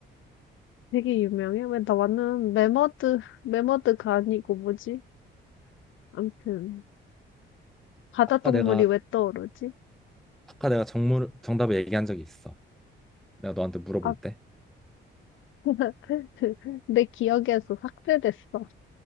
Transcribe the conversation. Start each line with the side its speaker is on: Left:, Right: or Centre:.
Left: 되게 유명해. 왜 나는 매머드, 매머드가 아니고 뭐지? 암튼 바다
Centre: 아까
Left: 동물이
Centre: 내가
Left: 왜 떠오르지?
Centre: 아까 내가 정물, 정답을 얘기한 적이 있어. 내가 너한테 물어볼
Left: 아..
Centre: 때.
Left: <laughs> 내 기억에서 삭제됐어.